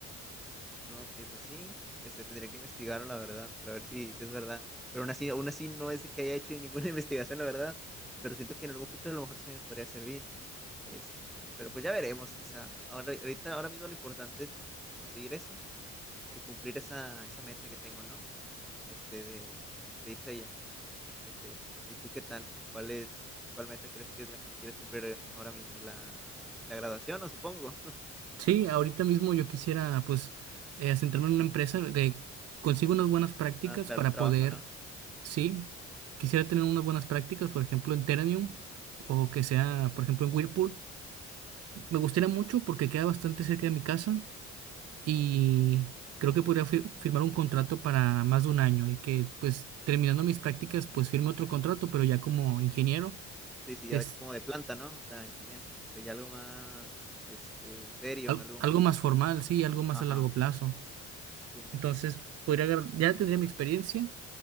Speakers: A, in the centre; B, on the right.
A: No, Ok, pues sí, este, tendría que investigarlo, la verdad, para ver si, si es verdad. Pero aún así, aún así no es de que haya hecho ninguna <laughs> investigación, la verdad, pero siento que en algún futuro a lo mejor sí me podría servir. Este, pero pues ya veremos, o sea, ahora, ahorita, ahora mismo lo importante es conseguir eso, este, cumplir esa, esa meta que tengo, ¿no? Este, de, de irse allá. Este, ¿y tú qué tal? ¿Cuál es, cuál meta crees que es la que quieres cumplir ahora mismo? ¿La, la graduación, no supongo? <laughs>
B: Sí, ahorita mismo yo quisiera pues eh, centrarme en una empresa que consiga unas buenas prácticas
A: Ah, claro,
B: para
A: un trabajo,
B: poder,
A: ¿no?
B: sí, quisiera tener unas buenas prácticas, por ejemplo, en Teranium o que sea, por ejemplo, en Whirlpool. Me gustaría mucho porque queda bastante cerca de mi casa y creo que podría fir- firmar un contrato para más de un año y que pues terminando mis prácticas pues firme otro contrato, pero ya como ingeniero,
A: Sí, sí,
B: que
A: ya
B: es
A: de- como de planta, ¿no? O sea, y también, o sea, ya algo más, este, serio,
B: al-
A: algo
B: algo
A: más,
B: más formal, sí, algo más
A: ajá,
B: a largo plazo.
A: sí,
B: Entonces, podría agarrar- ya tendría mi experiencia,